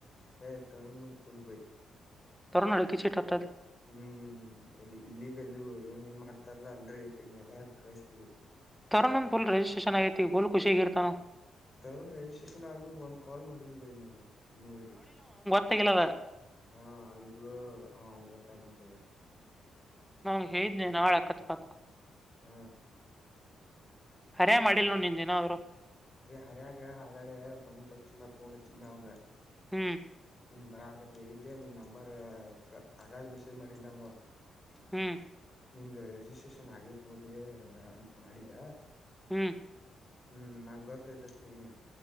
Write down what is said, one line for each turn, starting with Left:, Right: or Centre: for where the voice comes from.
Left: ಹೇ ತರುಣ ಪುಲ್ ಭೈ
Centre: ತರೋನಾ <inaudible>
Left: ಹ್ಮ್ ಎಲ್ಲಿ ಇಲ್ಲಿಗಲ್ಲ ಏನೇನ್ ಮಾಡ್ತಾರಲ್ಲಾ ಅಂದ್ರೆ ಎಲ್ಲಾರಗ ಕಸಿ ಬಿಡದು
Centre: ೊಂದು ಬು ರಜಿಸ್ಟ್ರಷನ್ ಆಗಐತಿ ಬು ಖುಷ ಆಗಿತಾನು
Left: ತರುಣ್ ರೆಜಿಸ್ರೇಷನ್ ಆದಗ ಒಂದು ಕಾಲ್ ಮಾಡಿಲ್ಲಬಯಿ ನಂಗ ಇನ್ನೂರಿಗೆ
Centre: ಕ ಕೆಲವ
Left: ಹಾ ಅಗ ಹ ಅವಂಗ ತಗಬಯ
Centre: ನಾ್ ಹೇಳನೇನ್ ನಾಳಕತ್ಪಾತ
Left: ಹ
Centre: ಹರಯ ಮಾಡಿಲ್ನು ನಿನ್ೇಏನಾದ್ರು
Left: ಹರಿಯಾಗೆ ಹಡಳ ಬಂದ ತಕ್ಷಣ ಫೋನ್ ಚನ ಅವನಿಗೆ
Centre: ಹ್ಮ್
Left: ನಿಂಗ ಬರ ಅದ್ಲ ಇಲ್ಲಯ ನಿನ್ ನಂಬರ್ ಹಾಗಾದ ಮೆಸೇಜ್ ಮಾಡಿದ್ ನಂಗ <unintelligible>
Centre: ಹ್ಮ್
Left: ನಿಮ್ದ್ ರಿಜಿಸ್ಟ್ರೇಷನ್ ಆಗೇತ್ ನೋಡ್ಲಿ ಅಂತ ಮಾಡಿದ
Centre: ಹ್ಮ್
Left: ಹ್ಮ್ ನಂ ಗೊತ್ತೈತೆ ಹೇಳನಿ